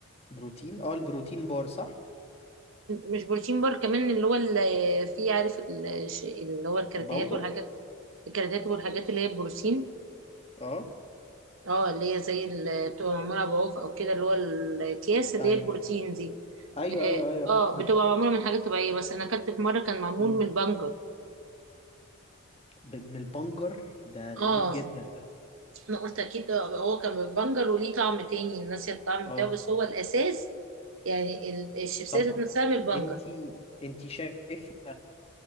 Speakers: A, on the left; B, on the right.
A: بروتين اه البروتين بار صح
B: مش بروتين بار كمان اللي هو اللي فيه عارف ال- ش- اللي هو الكراتيهات
A: الباودر
B: والحاجات الكراتيهات والحاجات اللي هي البروتين
A: اه
B: اه اللي هي زي اللي بتبقى معمولة بعوف او كده اللي هو الاكياس اللي
A: ايوه
B: هي البروتين دي
A: ايوه
B: اه
A: ايوه ايوه
B: آه، بتبقى معمولة من حاجات طبيعية بس انا اكلت في مرة كان معمول
A: مم.
B: من البنجر
A: ب- من البنجر ده غريب
B: اه
A: جدا ده
B: انا قلت اكيد هو كان من البنجر وليه طعم تاني الناس الطعم
A: اه
B: بتاعه بس هو الاساس يعني ال- الشيبسيات
A: طب
B: نفسها من البنجر
A: انتي انتي شايفه